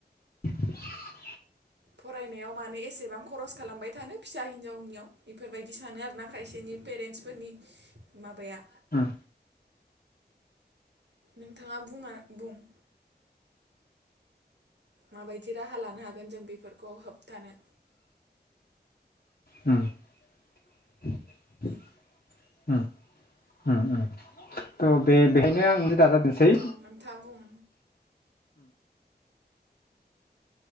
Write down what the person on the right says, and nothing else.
फरायनायाव मानो एसेबां खरस खालामबाय थानो फिसा हिनजावनियाव बेफोरबायदि सानो आरोना खायसेनि पेरेन्टस फोरनि माबाया
नोंथाङा बुङा बुं माबायदि राहा लानो हागोन जों बेफोरखौ होबथानो
औ नोंथाङा बुं